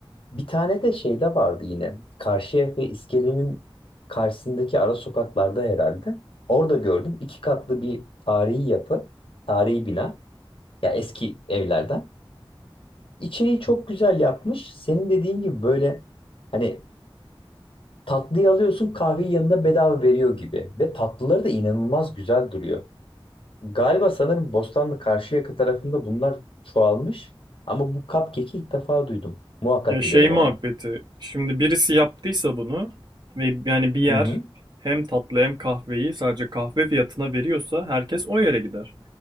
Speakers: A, on the left; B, on the right.
A: Bir tane de şeyde vardı yine. Karşıyaka iskelenin karşısındaki ara sokaklarda herhalde. Orada gördüm. İki katlı bir tarihi yapı, tarihi bina. Ya eski evlerden. İçeriği çok güzel yapmış. Senin dediğin gibi böyle hani tatlıyı alıyorsun kahveyi yanında bedava veriyor gibi. Ve tatlıları da inanılmaz güzel duruyor. Galiba sanırım Bostanlı Karşıyaka tarafında bunlar çoğalmış. Ama bu cupcake'i ilk defa duydum. Muhakkak
B: Ya şey
A: gidelim
B: muhabbeti.
A: ona.
B: Şimdi birisi yaptıysa bunu ve yani bir yer
A: Hı hı.
B: hem tatlı hem kahveyi sadece kahve fiyatına veriyorsa herkes o yere gider.